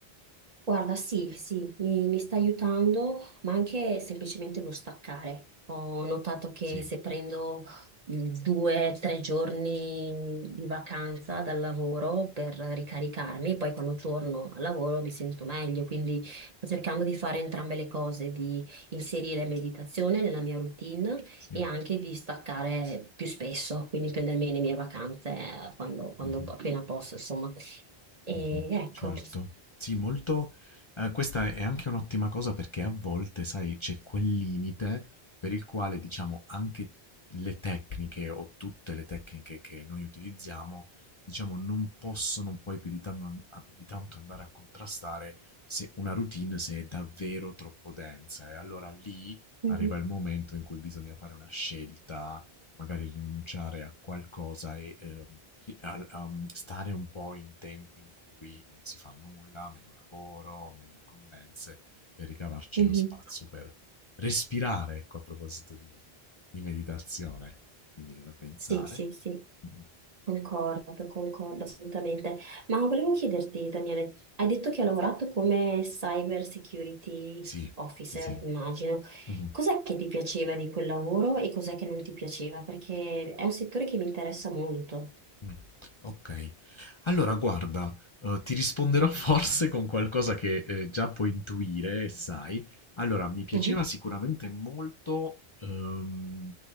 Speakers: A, on the right; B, on the left.
A: Guarda, sì, sì, mi, mi sta aiutando, ma anche semplicemente lo staccare. Ho notato che
B: Sì,
A: se prendo mm, due, o tre giorni di vacanza dal lavoro per ricaricarmi, poi quando torno al lavoro mi sento meglio, quindi sto cercando di fare entrambe le cose, di inserire meditazione nella mia routine
B: sì.
A: e anche di staccare più spesso, quindi prendermi le mie vacanze eh, quando, quando
B: Mh-mh,
A: appena posso, insomma. E
B: mh-mh,
A: ecco.
B: certo. Sì, molto ehm, questa è anche un'ottima cosa perché a volte, sai, c'è quel limite per il quale, diciamo, anche le tecniche o tutte le tecniche che noi utilizziamo, diciamo, non possono poi più di tanno an a di tanto andare a contrastare se una routine se è davvero troppo densa. E allora lì
A: Mhm.
B: arriva il momento in cui bisogna fare una scelta Magari rinunciare a qualcosa e, ehm, ri al uhm, stare un po' in tempi in cui non si fa nulla, meno lavoro, meno incombenze, per ricavarci
A: Mhm.
B: lo spazio per respirare, ecco, a proposito di di meditazione, mi viene da pensare.
A: Sì, sì, sì,
B: Mh-mh.
A: concordo, concordo assolutamente. Ma volevo chiederti, Daniele, hai detto che hai lavorato come cyber security
B: Sì,
A: officer,
B: sì, sì.
A: immagino.
B: <laughs> Mh-mh.
A: Cos'è che ti piaceva di quel lavoro e cos'è che non ti piaceva? Perché è un settore che mi interessa molto.
B: Mh, okay. Allora guarda, uhm, ti risponderò <laughs> forse con qualcosa che, ehm, già puoi intuire e sai. Allora, mi piaceva
A: Mhm.
B: sicuramente molto, uhm,